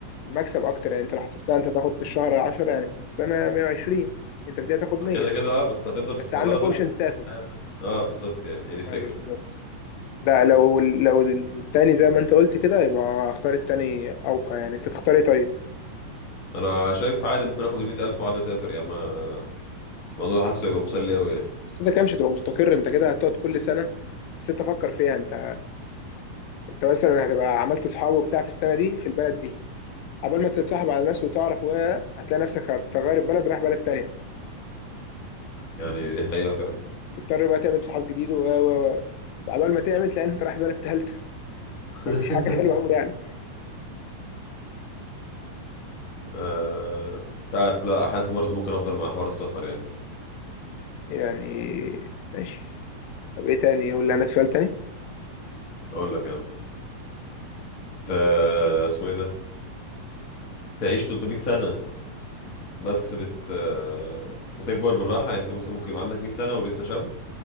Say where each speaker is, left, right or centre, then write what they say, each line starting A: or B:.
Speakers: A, on the left; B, on the left.
A: مكسب اكتر يعني انت لو حسبتها انت تاخد في الشهر 10 يعني في السنه 120 انت بدأت تاخد
B: ما
A: 100
B: كده كده اه بس هتفضل في
A: بس عندك
B: بلد
A: اوبشن
B: واحدة
A: تسافر
B: حياتك اه بالظبط يعني هي دي الفكرة
A: ايوه بالظبط لا لو لو التاني زي ما انت قلت كده يبقى اختار التاني اوقع يعني انت تختار ايه طيب
B: انا شايف عادي ممكن اخد ال 100000 واقعد اسافر يعني ما- الموضوع حاسه يبقى مسلي قوي يعني
A: بس انت كده مش هتبقى مستقر انت كده هتقعد كل سنه بس انت فكر فيها انت انت مثلا هتبقى عملت اصحاب وبتاع في السنه دي في البلد دي قبل ما تتصاحب على ناس وتعرف و هتلاقي نفسك هتغير البلد رايح بلد تانية
B: يعني دي حقيقة فعلا
A: فتضطر بقى تعمل صحاب جديد و و و قبل ما تعمل تلاقي انت رايح بلد تالتة
B: <laughs>
A: فمش حاجه حلوه قوي يعني
B: آه، مش عارف لا حاسس برضه ممكن افضل مع حوار السفر يعني
A: يعني ماشي طب ايه تاني يقول لي عندك سؤال تاني
B: اقول لك يعني ت... اسمه ايه ده تعيش 300 سنة بس بت آه، بتكبر بالراحة يعني انت مثلا ممكن يبقى عندك 100 سنة ولسه شاب